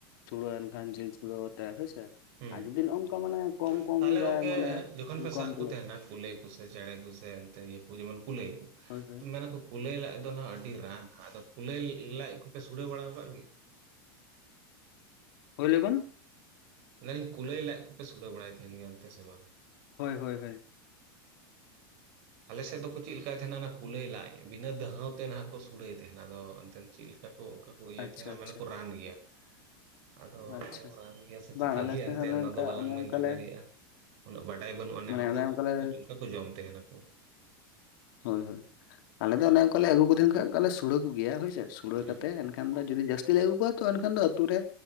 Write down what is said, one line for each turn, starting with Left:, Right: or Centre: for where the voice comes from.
Left: ᱥᱩᱲᱟ‌ᱹ ᱮᱱᱠᱷᱟᱱ ᱡᱮᱞ ᱥᱩᱲᱟᱹ ᱣᱟᱛᱮ ᱦᱳᱭᱥᱮ,
Right: ᱦᱩᱹ᱾ᱛᱟᱦᱚᱞᱮ
Left: ᱟᱨ ᱡᱩᱫᱤ ᱱᱚᱜ ᱱᱚᱝᱠᱟ ᱢᱟᱱᱮ ᱠᱚᱢ ᱠᱚᱢ ᱡᱟᱦᱟᱸᱭ
Right: ᱜᱚᱝᱠᱮ
Left: ᱢᱟᱱᱮ
Right: ᱡᱚᱠᱷᱚᱱ ᱯᱮ
Left: ᱠᱚᱢ
Right: ᱥᱟᱵ
Left: ᱛᱩᱞᱟᱹᱜ
Right: ᱠᱚ ᱛᱟᱦᱮᱸᱱᱟ ᱠᱩᱞᱟᱹᱭ ᱠᱚᱥᱮ ᱪᱮᱬᱮ ᱠᱚᱥᱮ ᱮᱱᱛᱮ ᱱᱤᱭᱟᱹ ᱠᱚ ᱡᱮᱢᱚᱱ ᱠᱩᱞᱟᱹᱭ ᱠᱚ
Left: ᱦᱳᱭ ᱦᱳᱭ
Right: ᱢᱮᱱᱟ ᱠᱚ ᱠᱩᱞᱟᱹᱭ ᱞᱟᱡ ᱫᱚ ᱱᱟᱸᱜ ᱟᱹᱰᱤ ᱨᱟᱱ ᱟᱫᱚ ᱠᱩᱞᱟᱹᱭ ᱞᱟᱡ ᱠᱚᱯᱮ ᱥᱩᱲᱟᱹ ᱵᱟᱲᱟ ᱠᱟᱜ ᱜᱮᱭᱟ?
Left: ᱦᱩᱭ‌ ᱞᱟᱹᱭᱵᱮᱱ?
Right: ᱢᱮᱱᱫᱤᱧ ᱠᱩᱞᱟᱹᱭ ᱞᱟᱡ ᱠᱚᱯᱮ ᱥᱩᱲᱟᱹ ᱵᱟᱲᱟᱭ ᱛᱟᱦᱮᱱ ᱜᱮᱭᱟ ᱚᱱᱛᱮ ᱥᱮ ᱵᱟᱝ
Left: ᱦᱳᱭ ᱦᱳᱭ ᱦᱳᱭ
Right: ᱟᱞᱮᱥᱮᱫ ᱫᱚᱠᱚ ᱪᱮᱫ ᱞᱮᱠᱟᱭ ᱛᱟᱦᱮᱱᱟ ᱚᱱᱟ ᱠᱩᱞᱟᱹᱭ ᱞᱟᱡ, ᱵᱤᱱᱟᱹ ᱫᱟᱹᱦᱟᱹᱣ ᱛᱮ ᱱᱟᱦᱟᱜ ᱠᱚ ᱥᱩᱲᱟᱹᱭ ᱛᱟᱦᱮᱱᱟ ᱾ ᱟᱫᱚ ᱮᱱᱛᱮ ᱪᱮᱫ ᱞᱮᱠᱟ ᱠᱚ ᱚᱱᱠᱟ ᱠᱚ ᱤᱭᱟᱹᱭ
Left: ᱟᱪᱪᱷᱟ
Right: ᱛᱟᱦᱮᱱ
Left: ᱟᱪᱪᱷᱟ
Right: ᱢᱟᱱᱮ ᱠᱚ ᱨᱟᱱ ᱜᱮᱭᱟ᱾ ᱟᱫᱚ
Left: ᱟᱪᱪᱷᱟ
Right: ᱨᱟᱱ ᱜᱮᱭᱟ ᱥᱮ ᱪᱤᱠᱟᱹᱭ
Left: ᱵᱟᱝ ᱟᱞᱮ
Right: ᱜᱮᱭᱟ
Left: ᱥᱮᱫ
Right: ᱮᱱᱛᱮᱫ
Left: ᱦᱚᱸ ᱚᱱᱮ
Right: ᱚᱱᱟ
Left: ᱚᱱᱠᱟ
Right: ᱫᱚ ᱵᱟᱞᱟᱝ
Left: ᱚᱱᱮ
Right: ᱢᱮᱱ
Left: ᱚᱱᱠᱟᱞᱮ
Right: ᱦᱚᱪᱚ ᱫᱟᱲᱮᱭᱟᱜᱼᱟ᱾ ᱩᱱᱟᱹᱜ ᱵᱟᱰᱟᱭ ᱵᱟᱹᱱᱩᱜ-ᱟ ᱱᱮ
Left: ᱢᱟᱱᱮ
Right: ᱦᱚᱲ
Left: ᱚᱱᱮ
Right: ᱫᱚ
Left: ᱚᱱᱠᱟᱞᱮ
Right: ᱟᱫᱚ ᱚᱱᱠᱟ ᱠᱚ ᱡᱚᱢ ᱛᱟᱦᱮᱱᱟᱠᱚ᱾
Left: ᱦᱳᱭ ᱦᱳᱭ ᱟᱞᱮ ᱚᱱᱮ ᱚᱱᱠᱟ ᱞᱮ ᱟᱹᱜᱩ ᱠᱚᱛᱮ ᱠᱷᱟᱱ ᱚᱱᱠᱟ ᱞᱮ ᱥᱩᱲᱟᱹ ᱠᱚᱜᱮᱭᱟ ᱦᱳᱭ ᱥᱮ, ᱥᱩᱲᱟᱹ
Right: ᱦᱩᱸ
Left: ᱠᱟᱛᱮ ᱮᱱᱠᱷᱟᱱ ᱫᱚ ᱡᱩᱫᱤ ᱡᱟᱹᱥᱛᱤ ᱞᱮ ᱟᱹᱜᱩ ᱠᱚᱣᱟ ᱛᱚ ᱮᱱᱠᱷᱟᱱ ᱫᱚ ᱟᱛᱳ ᱨᱮ